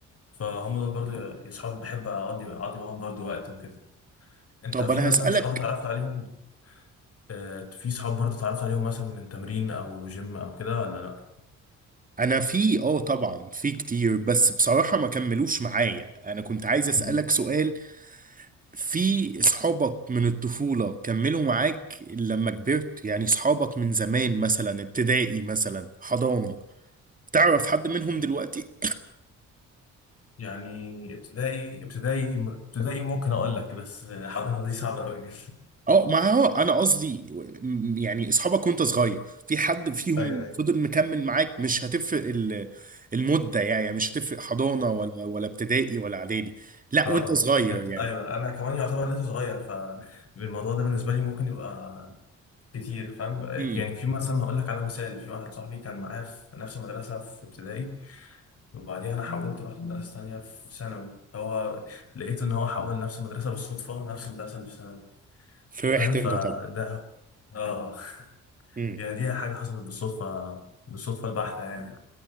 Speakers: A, on the left; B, on the right.
A: فهم دول برضه اصحاب بحب اقضي اقضي معاهم برضه وقت وكده انت
B: طب
A: في
B: انا
A: مثلا
B: هسألك
A: صحاب اتعرفت عليهم آه، في صحاب برضه اتعرفت عليهم مثلا من تمرين او جيم او كده ولا لا
B: انا في اه طبعا في كتير بس بصراحة ما كملوش معايا انا كنت عايز اسألك
A: مم.
B: سؤال في اصحابك من الطفولة كملوا معاك لما كبرت يعني اصحابك من زمان مثلا ابتدائي مثلا حضانة تعرف حد منهم دلوقتي
A: يعني ابتدائي ابتدائي ابتدائي ممكن اقول لك بس حضانة دي صعبة قوي يعني
B: اه ما هو انا قصدي م- يعني اصحابك وانت صغير في حد فيهم
A: <laughs> ايوه ايوه
B: فضل مكمل معاك مش هتفرق ال- المدة يعني مش هتفرق حضانة ولا ولا ابتدائي ولا اعدادي لا
A: اه
B: وانت صغير
A: اه انت
B: يعني
A: ايوه انا كمان يعتبر لسه صغير فالموضوع ده بالنسبه لي ممكن يبقى كتير فاهم
B: امم
A: يعني في مثلا هقول لك على مثال في واحد صاحبي كان معايا في نفس المدرسه في ابتدائي وبعديها انا مم. حولت رحت مدرسه تانية في ثانوي هو لقيت ان هو حول نفس المدرسه بالصدفه نفس المدرسه اللي في ثانوي
B: فرحت
A: فاهم فده
B: انت طبعا
A: اه
B: مم.
A: يعني دي حاجه حصلت بالصدفه بالصدفه البحته يعني